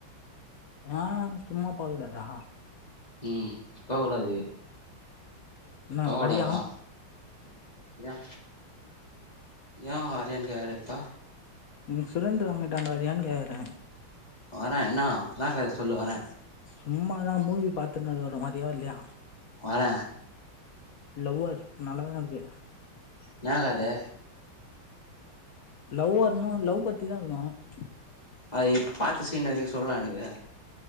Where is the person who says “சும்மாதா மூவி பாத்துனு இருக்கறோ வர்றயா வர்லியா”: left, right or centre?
Left